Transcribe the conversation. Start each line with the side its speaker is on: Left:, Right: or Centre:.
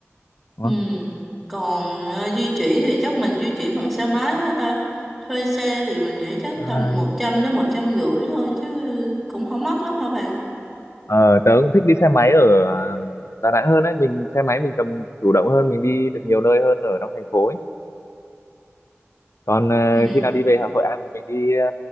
Left: đúng
Centre: Ừ.
Left: không
Centre: Còn ờ, di chuyển thì chắc mình di chuyển bằng xe máy hết ta. Thuê xe thì mình nghĩ chắc
Left: à,
Centre: tầm một trăm đến một trăm rưỡi thôi chứ cũng không mắc lắm hả bạn?
Left: ờ, tớ cũng thích đi xe máy ở à, Đà Nẵng hơn đấy mình xe máy mình cầm chủ động hơn mình đi được nhiều nơi hơn ở trong thành phố ấy. còn à,
Centre: Ừ.
Left: khi nào đi về Hà Hội An thì mình đi à,